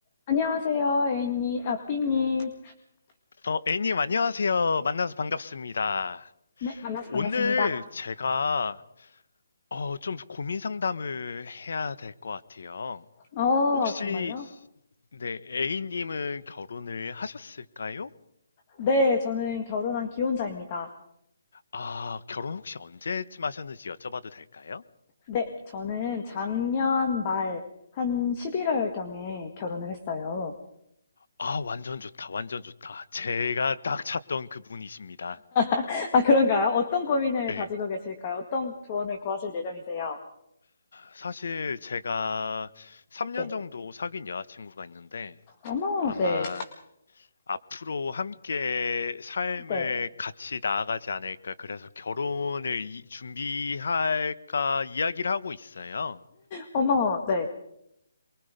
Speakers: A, on the left; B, on the left.
A: 안녕하세요, A님, 아, B님.
B: 어, 애님, 안녕하세요. 만나서 반갑습니다.
A: 네, 만나서
B: 오늘
A: 반갑습니다.
B: 제가, 어, 좀 고민 상담을 해야 될 것 같아요.
A: 어,
B: 혹시,
A: 정말요?
B: 네, A님은 결혼을 하셨을까요?
A: 네, 저는 결혼한 기혼자입니다.
B: 아, 결혼 혹시 언제쯤 하셨는지 여쭤봐도 될까요?
A: 네, 저는 작년 말, 한 11월경에 결혼을 했어요.
B: 아, 완전 좋다, 완전 좋다. 제가 딱 찾던 그분이십니다.
A: <laughs> 아, 그런가요? 어떤 고민을
B: 네,
A: 가지고 계실까요? 어떤 조언을 구하실 예정이세요?
B: 사실 제가 3년
A: 네.
B: 정도 사귄 여자친구가 있는데,
A: 어머,
B: 아마
A: 네.
B: 앞으로 함께 삶을
A: 네.
B: 같이 나아가지 않을까. 그래서 결혼을 이- 준비할까 이야기를 하고 있어요.
A: 어머, 네.